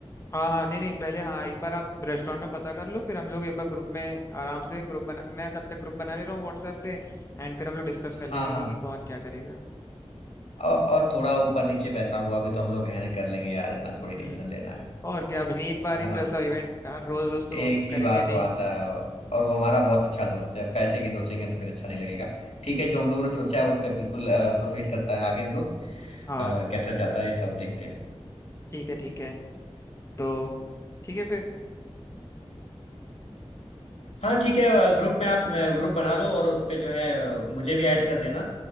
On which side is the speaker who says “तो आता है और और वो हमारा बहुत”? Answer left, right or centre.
Left